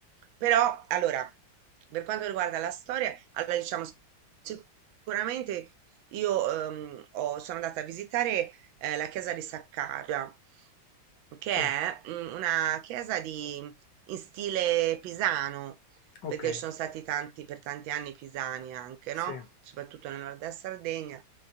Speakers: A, on the right; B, on the left.
A: Però, allora, per quanto riguarda la storia, allora diciamo sicuramente io ehm, ho- sono andata a visitare eh, la chiesa di Saccaria, che
B: sì,
A: è mm, una chiesa di, mhmm, in stile pisano,
B: ok,
A: perché ci sono stati tanti, per tanti anni pisani anche,
B: sì.
A: no? Soprattutto nel nord della Sardegna.